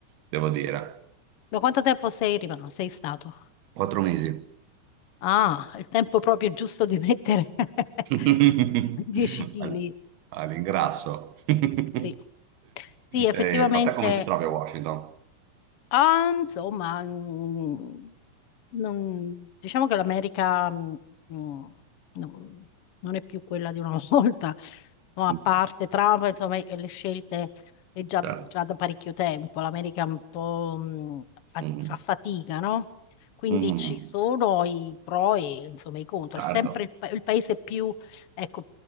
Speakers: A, on the right; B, on the left.
A: devo dire,
B: da quanto tempo sei rimasto? Sei stato?
A: quattro mesi
B: Ah, il tempo proprio giusto di mettere <laughs>
A: <laughs>
B: 10 kg.
A: All- all'ingrasso. <laughs>
B: sì. Sì, effettivamente
A: Eh, ma te come ti trovi a Washington?
B: Ah, insomma, mm, non- diciamo che l'America mm, mm, non, non è più quella di una <laughs> volta, no, a
A: Mm,
B: parte Trump, insomma, e le scelte è già,
A: Certo.
B: già da parecchio tempo. L'America un po' mm, fa,
A: Mhm.
B: fa fatica, no? Quindi
A: Mhm.
B: ci sono i pro e insomma, i contro.
A: Certo.
B: È sempre il, pa- il paese più, ecco,